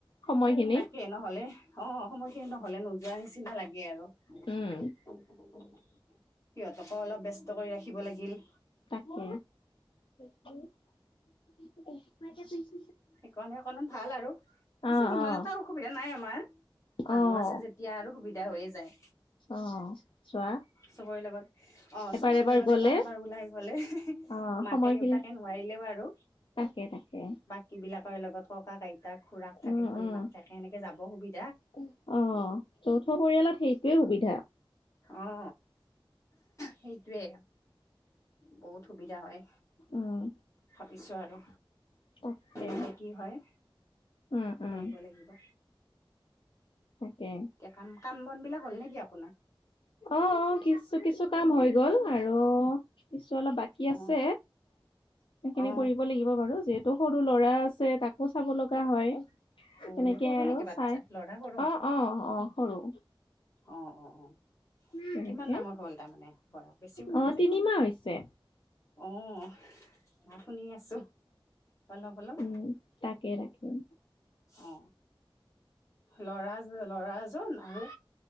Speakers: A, on the left; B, on the left.
A: সময়খিনি
B: তাকে নহলে অ সময় খিনি নহলে নোযোৱা নিচিনা লাগে আৰু। <unintelligible>
A: উম,
B: সিহঁতকো অলপ ব্যস্ত কৰি ৰাখিব লাগিল।
A: তাকে। <unintelligible>
B: সেইকণ সেইকন ভাল আৰু পিছে
A: অ',
B: সিমান
A: অ',
B: এটা অসুবিধা নাই আমাৰ। মানুহ
A: অ',
B: আছে যেতিয়া আৰু সুবিধা হৈয়ে যায়,
A: অ', চোৱা
B: চবৰে লগত। অ
A: এবাৰ
B: চবৰে লগত
A: গ'লে
B: এবাৰ এবাৰ ওলাই গলে
A: অ',
B: মাকে
A: সময়খিনি
B: দেউতাকে নোৱাৰিলেও আৰু।
A: তাকে তাকে।
B: বাকীবিলাকৰ লগত ককা, আইতাক খুৰাক থাকে,
A: উম,
B: খুৰি
A: উম,
B: মাক থাকে এনেকে যাব সুবি
A: অ, যৌথ পৰিয়ালত সেইটোৱে সুবিধা।
B: অ সেইটোৱে। বহুত সুবিধা হয়
A: উম,
B: ভাবিছোঁ আৰু।
A: তাকে
B: তেনেকৈ কি হয়
A: উম, উম,
B: কৰিব লাগিব।
A: তাকে।
B: এ কাম কাম -বনবিলাক হ'ল নে কি আপ
A: অ অ কিছু কিছু কাম হৈ গল আৰু অলপ বাকী
B: অ
A: আছে, সেইখিনি
B: অ
A: কৰিব লাগিব বাৰু যিহে তো সৰু ল'ৰা আছে তাকো চাব লগা হয়।
B: অ
A: তেনেকে
B: সৰু
A: আৰু
B: নেকি বাচ্ছা
A: চাই
B: ল'ৰা সৰু
A: অ অ অ সৰু।
B: অ অ অ।
A: তেনেকে
B: কিমান ডাঙৰ হ'ল তাৰমানে ব বেছি হোৱা
A: অ
B: নাই চাগে?
A: তিনিমাহ হৈছে
B: অ শুনি আছো? অলপ অলপ
A: উম তাকে ৰাখে।
B: অ লৰা -লৰা এজন আৰু